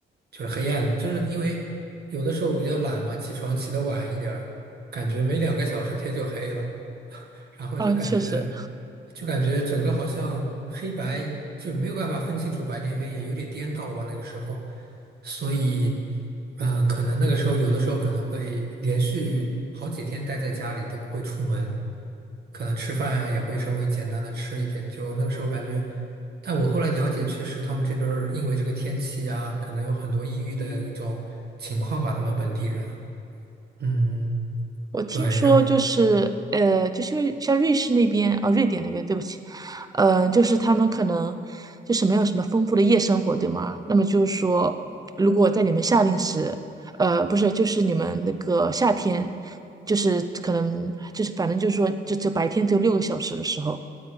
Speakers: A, on the right; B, on the right.
A: 就是黑暗，就是因为有的时候我比较懒嘛，起床起得晚一点儿，感觉没两个小时天就黑了，然后就感觉
B: 啊，确实，
A: 就感觉整个好像黑白就没有办法分清楚白天黑夜，有点颠倒吧那个时候。所以，呃，可能那个时候有的时候可能会连续好几天待在家里都不会出门，可能吃饭呀也会稍微简单的吃一点。就那个时候感觉，但我后来了解，确实他们这边儿因为这个天气呀，可能有很多抑郁的一种情况吧，他们本地人啊嗯，
B: 我听说就是呃，
A: 对，然后
B: 就是因为像瑞士那边啊，瑞典那边，对不起，呃，就是他们可能就是没有什么丰富的夜生活，对吗？那么就是说，如果在你们夏令时，呃，不是，就是你们那个夏天，就是可能就是反正就是说，就就白天只有六个小时的时候，